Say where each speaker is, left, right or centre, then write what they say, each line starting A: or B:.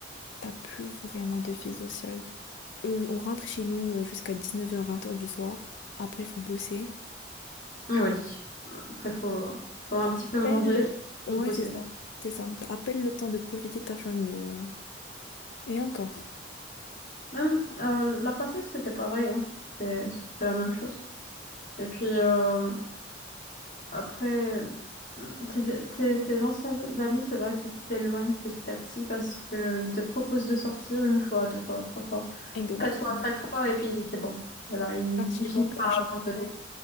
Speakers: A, on the left (about 75°); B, on the left (about 45°).
A: t'as plus vraiment de vie sociale. Euh, on rentre chez nous euh, jusqu'à 19h, 20h du soir. Après, il faut bosser.
B: Ah Oui. Après, faut, faut un
A: T'as
B: petit
A: à
B: peu manger
A: peine le...
B: et
A: Ouais,
B: rebosser.
A: c'est ça. C'est ça. T'as à peine le temps de profiter de ta famille. euh. Et encore.
B: Même euh, la passée, c'était pareil. hein. C'est c'est la même chose. Et puis, euh, après, euh, tes, tes, tes anciens amis, c'est vrai qu'ils s'éloignent petit à petit parce qu'ils te proposent de sortir une fois, deux fois, trois fois,
A: Exactement.
B: quatre fois, cinq fois, et puis c'est bon. Voilà, ils,
A: Quand
B: ils
A: ils
B: finissent
A: voient qu'à
B: par
A: chaque
B: abandonner.
A: fois...